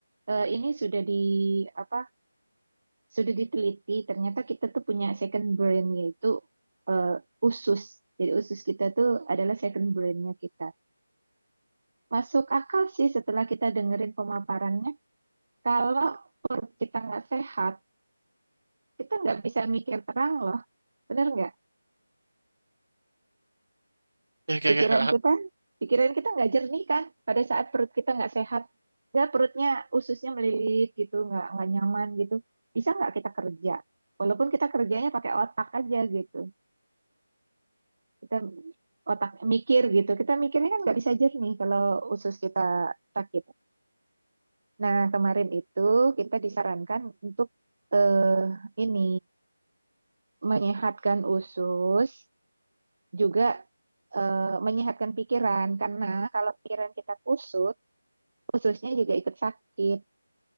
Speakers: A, on the right; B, on the right.
A: eh, ini sudah di apa sudah diteliti ternyata kita tuh punya second brain yaitu eh, usus jadi usus kita tuh adalah second brainnya kita masuk akal sih setelah kita dengerin pemaparannya kalau perut kita nggak sehat kita nggak bisa mikir terang loh bener nggak
B: Oke
A: pikiran
B: oke oke.
A: kita pikiran kita nggak jernih kan pada saat perut kita nggak sehat nggak perutnya ususnya melilit gitu nggak nggak nyaman gitu bisa nggak kita kerja walaupun kita kerjanya pakai otak aja gitu kita otak mikir gitu kita mikirnya kan nggak bisa jernih kalau usus kita sakit nah kemarin itu kita disarankan untuk eh, ini menyehatkan usus juga eh, menyehatkan pikiran karena kalau pikiran kita kusut ususnya juga ikut sakit